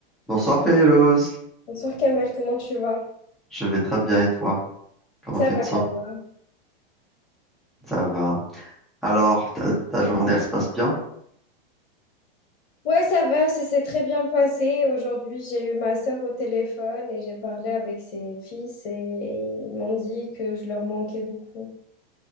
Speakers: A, in the centre; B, on the left.
A: Bonsoir Féloz,
B: Bonsoir Kamel, comment tu vas?
A: je vais très bien et toi? Comment
B: Ça
A: tu
B: va,
A: te sens?
B: ça va.
A: Ça va. Alors, ta, ta journée, elle se passe bien?
B: Ouais, ça va, ça s'est très bien passé. Aujourd'hui, j'ai eu ma sœur au téléphone et j'ai parlé avec ses fils et ils m'ont dit que je leur manquais beaucoup.